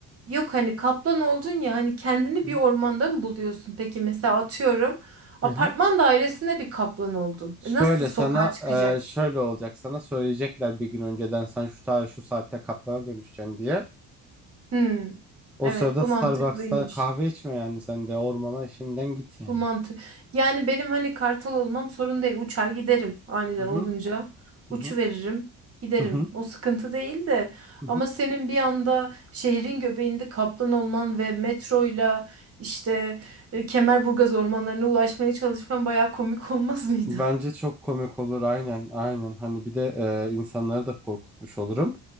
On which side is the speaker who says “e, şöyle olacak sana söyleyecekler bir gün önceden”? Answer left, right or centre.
Centre